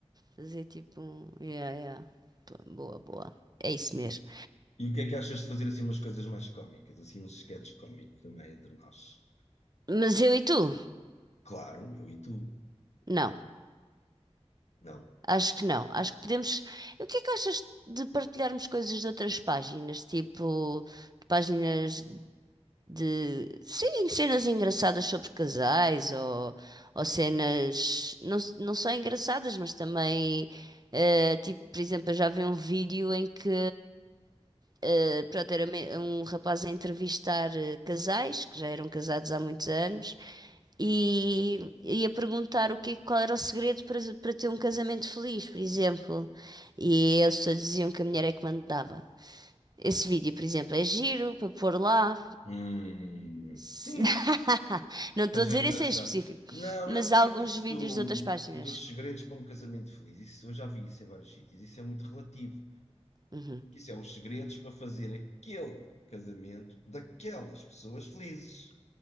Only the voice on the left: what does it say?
E o que é que achas de fazer assim umas coisas mais cómicas, assim uns sketches cómicos também entre nós?
Claro, meu, e tu?
Não.
Hum,
Sim.
Seja
engraçado.
Não,
não, mas
é que isso
do,
dos segredos para um casamento feliz, isso eu já vi isso em vários sítios, isso é muito relativo.
Isso é os segredos para fazer aquele casamento daquelas pessoas felizes.